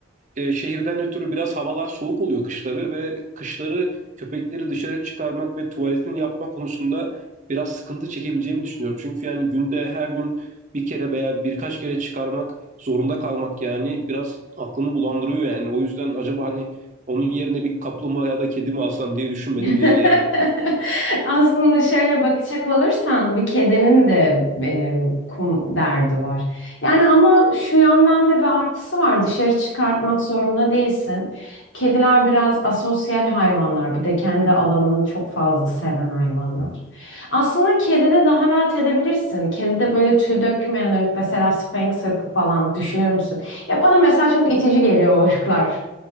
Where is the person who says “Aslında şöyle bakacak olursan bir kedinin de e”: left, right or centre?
Left